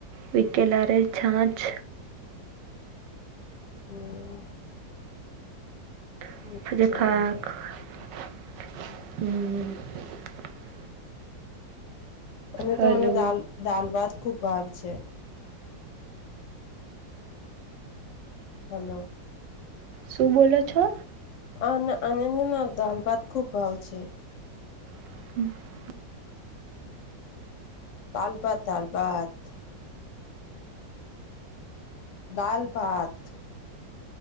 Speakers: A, on the right; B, on the left.
A: વિકે લારે છાંછ.
B: હમ
A: <unintelligible>
B: અચ્છા અને
A: હલો
B: તો મને દાલ દાલ ભાત ખૂબ ભાવ છે. હલો
A: શું બોલો છો
B: આ અનંદના દાલ ભાત ખુબ ભાવ છે.
A: <inaudible>
B: દાલભાત દાલભાત‌ દાલ ભાત.